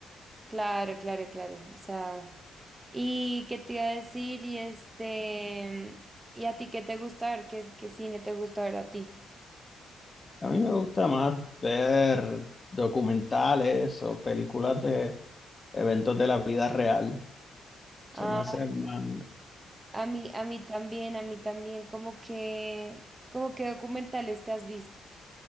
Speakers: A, on the right (about 25°); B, on the left (about 35°).
A: Claro, claro, claro. O sea, ¿y qué te iba a decir? Y este, ¿y a ti qué te gusta ver? ¿Qué, qué cine te gusta ver a ti?
B: A mí me gusta más ver documentales o películas de eventos de la vida real. Se
A: Ah,
B: me hace más...
A: a mí, a mí también, a mí también, como que, como que documentales te has visto.